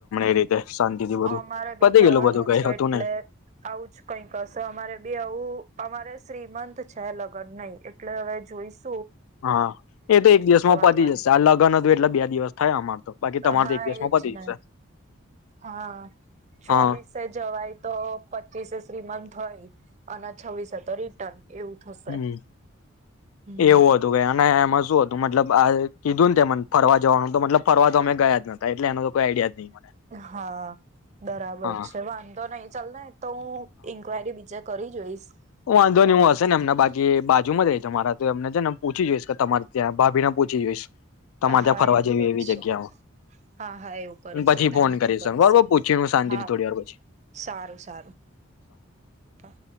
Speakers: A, on the left; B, on the right.
A: એ રીતે શાંતિથી બધું
B: અમારે બી
A: પતી
B: જવાનું
A: ગયેલું બધું કઈ
B: છે
A: હતું
B: એટલે
A: ને
B: આવુંજ કઈ હશે અમારે બી આવું અમારે શ્રીમંત છે લગ્ન નહી એટલે હવે જોઈશ
A: હા એ તો એક દિવસમાં પતી
B: આવવાનું
A: જશે આ લગ્ન એટલા બે દિવસ થાય અમાર તો બાકી તમાર
B: હા
A: તો એક દિવસમાં
B: એજ
A: પતી
B: ને
A: જશે
B: હા ચોવીસે
A: હા
B: જવાય તો પચીસે શ્રીમંત હોય અને છવ્વીસ એતો રિટર્ન એવું થશે
A: હમ
B: હમ
A: એવું હતું કેઈ અને એમાં શું હતું મતલબ આ કીધું ને તે મને ફરવા જવાનું મતલબ ફરવા તો અમે ગયા જ નતા એટલે એનો તો કોઈ આઈડિયા જ નહ મને
B: હા બરાબર
A: હા
B: છે વાંધો નહી ચાલ ને તો હું ઇન્ક્વાયરી બીજા કરી જોઈશ
A: હું વાંધો નને
B: અ
A: હું હશે એમના બાકી બાજુ જ તમારા તો એમને છે ને પૂછી જોઈશ કે તમારી ત્યાં ભાભીને પૂછી જોઈશ તમારે
B: હા
A: ત્યાં ફરવા
B: એવું
A: જેવી
B: કરીશું
A: એવી જગ્યાઓ
B: હા હા એવું કરીશું
A: પછી
B: તમને
A: ફોન કરીશ
B: ખબર
A: તને બરોબર
B: હશે
A: પૂછી હું શાંતિથી
B: હા
A: થોડી વાર પછી
B: સારું સારું હા